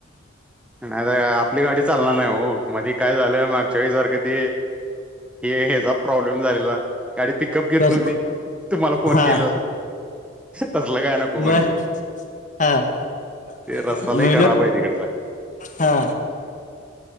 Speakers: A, in the centre; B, on the left (about 40°).
A: नाही‌ नाही आपली गाडी चालणार नाही ओ, मधी काय झालं मागच्या वेळीसारखं ते. हे हेचा प्रॉब्लेम झालेला. गाडी पिकअप घेत
B: बस
A: नव्हती तुम्हाला फोन
B: हा
A: केला. तसलं काय नको
B: मग
A: म्हणल.
B: हा <unintelligible>
A: रस्ता लय खराब आहे तिकडचा
B: हा